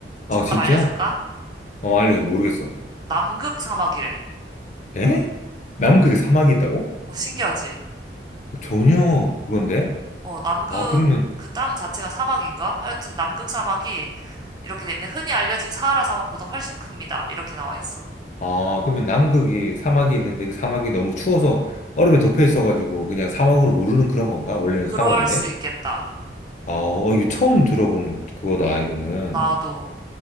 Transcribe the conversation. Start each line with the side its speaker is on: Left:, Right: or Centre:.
Left: 아,
Right: 정답
Left: 진짜?
Right: 알려줄까?
Left: 어, 알려줘. 모르겠어.
Right: 남극 사막이래.
Left: 에? 남극에 사막이 있다고?
Right: 어, 신기하지?
Left: 전혀 그건데?
Right: 어, 남극
Left: 아, 그러면,
Right: 그 땅 자체가 사막인가? 하여튼 남극 사막이 이렇게 돼 있는데 흔히 알려진 사하라 사막보다 훨씬 큽니다. 이렇게 나와 있어.
Left: 아, 그러면 남극이 사막이 있는데 그 사막이 너무 추워서 얼음에 덮여 있어가지고 그냥 사막으로 모르는 그런 건가? 원래는
Right: 그럴
Left: 사막인데?
Right: 수 있겠다.
Left: 아, 어, 이거
Right: 어,
Left: 처음 들어보는 그거다, 이거는.
Right: 나도.